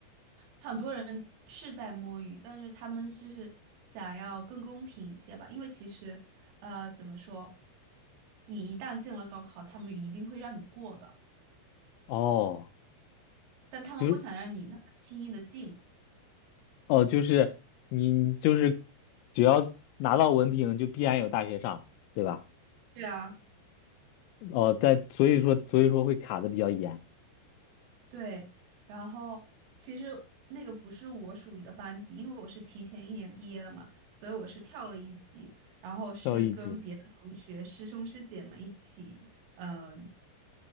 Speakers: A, on the right; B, on the left.
A: 很多人是在摸鱼，但是他们就是想要更公平一些吧，因为其实，呃，怎么说，你一旦进了高考，他们一定会让你过的，
B: 哦，
A: 但他们不想让你那么轻易的进。
B: 就哦，就是你就是只要拿到文凭，就必然有大学上，对吧？
A: 对啊，
B: 哦，但所以说所以说会卡的比较严，
A: 对，然后其实那个不是我属于的班级，因为我是提前一年毕业的嘛，所以我是跳了一级，然后是跟别的同学、
B: 跳一级。
A: 师兄师姐们一起，嗯、